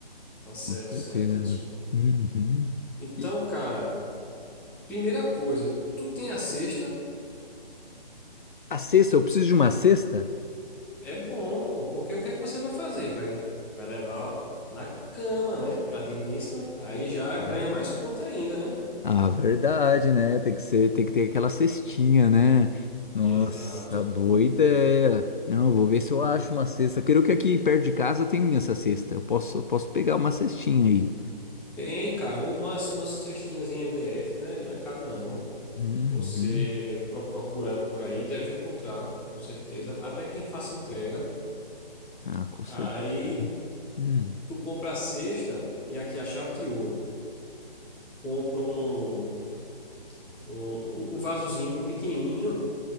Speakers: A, in the centre; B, on the left.
A: Tá certo,
B: Com certeza.
A: certíssimo.
B: Uhum.
A: Então,
B: E
A: cara, primeira coisa, tu tem a cesta?
B: a cesta, eu preciso de uma cesta?
A: É bom, pô, porque o que é que você vai fazer? Vai, vai levar na cama, né? Pra digníssima. Aí já
B: Ah,
A: ganha mais ponto ainda, né?
B: Ah, verdade, né? Tem que ser, tem que ter aquela cestinha, né? Nossa,
A: Exato.
B: boa ideia. Não, eu vou ver se eu acho uma cesta. Quero que aqui perto de casa tenha essa cesta. Eu posso, posso pegar uma cestinha aí.
A: Tem, cara, ou umas, umas cestinhas em MDF, não é, não é caro, não.
B: Uhum.
A: Você pro- procurando por aí deve encontrar, com certeza. Até quem faça entrega.
B: Ah, com certeza.
A: Aí
B: Hum,
A: tu compra a cesta e aqui é a chave de ouro. Compra um, um, um vasozinho pequenininho